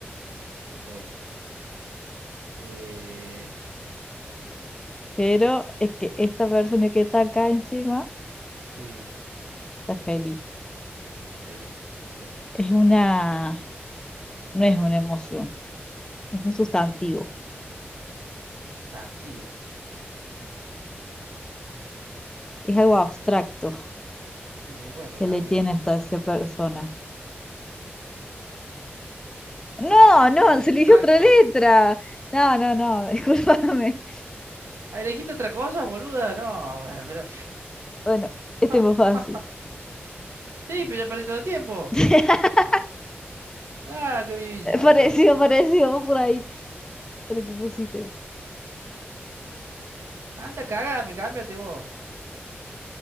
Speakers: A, on the right; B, on the left.
A: Ok. Eh,
B: Pero es que esta persona que está acá encima
A: sí,
B: está feliz.
A: está feliz. Ok.
B: Es una, no es una emoción. es un sustantivo,
A: Sustantivo.
B: es algo abstracto
A: Ujú. Sí, me di cuenta
B: que
A: que es
B: le
A: abstracto.
B: tiene hasta esa persona. No,
A: Ah,
B: no,
A: algo
B: se
A: abstracto.
B: eligió otra letra. No, no, no, <laughs> discúlpame.
A: Ah, elegiste otra cosa, boluda. No, <laughs> pero.
B: Bueno,
A: <laughs>
B: este es más fácil.
A: Sí, pero ya perdí todo el tiempo.
B: <laughs>
A: Ah, qué vivísima
B: Parecido,
A: que sos.
B: parecido, vos por ahí, a lo que pusiste.
A: Anda, cagame, cámbiate vos.